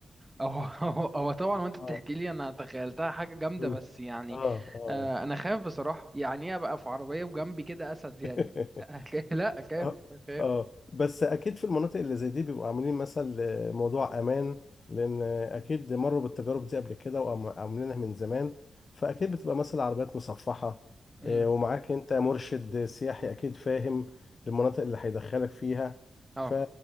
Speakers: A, on the right; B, on the left.
A: هو هو هو طبعا
B: اه
A: وانت
B: آه.
A: بتحكي لي انا تخيلتها حاجه جامده
B: مم.
A: بس يعني
B: اه اه
A: آه انا خايف بصراحه يعني ايه ابقى في عربيه وجنبي كده اسد يعني
B: <laughs>
A: <laughs> لا اخاف
B: اه
A: اخاف
B: اه بس اكيد في المناطق اللي زي دي بيبقوا عاملين مثل موضوع امان لان اكيد مروا بالتجارب دي قبل كده وعاملينها من زمان فاكيد بتبقى مثلا عربيات مصفحة
A: مم.
B: آه، ومعاك انت مرشد سياحي اكيد فاهم المناطق اللي هيدخلك فيها
A: اه
B: ف...